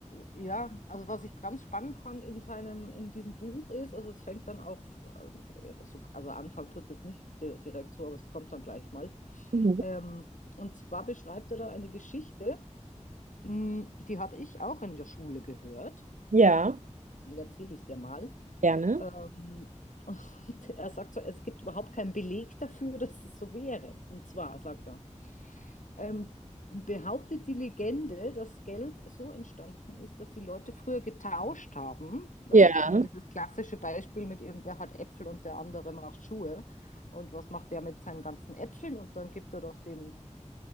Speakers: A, on the left; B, on the right.
A: ja, also was ich ganz spannend fand in seinem, in diesem Buch ist, also es fängt dann auch, ähm, so- also Anfang tut es jetzt nicht di- direkt so, aber es kommt dann gleich mal.
B: Mhm.
A: Ähm, und zwar beschreibt er da eine Geschichte, mh, die habe ich auch in der Schule gehört.
B: ja,
A: Die erzähle ich dir mal.
B: gerne.
A: Ähm, <laughs> und er sagt so, es gibt überhaupt keinen Beleg dafür, dass es so wäre. Und zwar sagt er, ähm, behauptet die Legende, dass Geld so entstanden ist, dass die Leute früher getauscht haben. Da
B: Ja.
A: gibt es immer dieses klassische Beispiel mit irgendwer hat Äpfel und der andere macht Schuhe. Und was macht der mit seinen ganzen Äpfeln? Und dann gibt er doch dem,